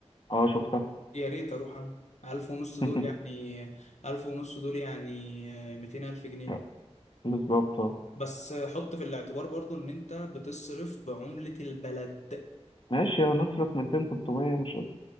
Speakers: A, on the left (about 45°); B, on the left (about 80°).
A: اه شفتها
B: يا ريت اروح انا 1000 ونص
A: <laughs>
B: دول يعني 1000 ونص دول يعني آه، 200000 جنيه
A: لا، بالظبط اه
B: بس آه، حط في الاعتبار برضو ان انت بتصرف بعمله البلد
A: ماشي هنصرف 200 300 مش قصة